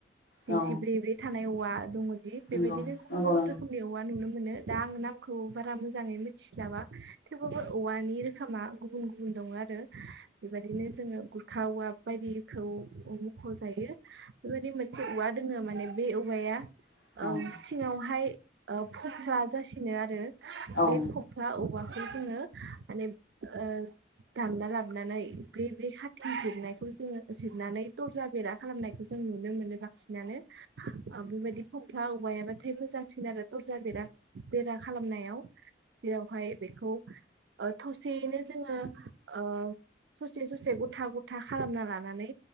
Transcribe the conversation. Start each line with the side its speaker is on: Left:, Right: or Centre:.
Right: जंसि
Left: औ
Right: ब्रे ब्रे थानाय औवा दङ दि
Left: नंगौ
Right: बेबायदिनो गुबुन
Left: नंगौ नंगौ
Right: गुबुन रोखोमनि औ बा नुनो मोनो दा आं नामखौ बारा मोजाङै मिथिसलाबा थेवब्लााबो औवानि रोखोमा गुबुन गुबुन दङ आरो! बेबायदिनो जोङो गुरखा औवाब बायदिखौ मख'जायो! बेबायदि मोनसे औवा दोङो माने बे औवाया
Left: औ
Right: ओ सिङावहाय ओ फफ्ला जासिनो आरो
Left: औ
Right: बे फख्ला औवाखौ जोङो माने ओ- दानना लाबानै ब्रै ब्रै खाथि जिरनायखौ जोङो जिरनानै दरजा बेरा खालामनायखौ ज जों नुनो मोनो बांसिनानो- बेबायदि फंथ्ला औवायाबाथाय मोजांसिन आरो थरसारर बेरा खालामनायाव- जेरावहाय बेखौ थसेयैनो जोङो ओ - ससे ससे गथा गथा खालामना लानानै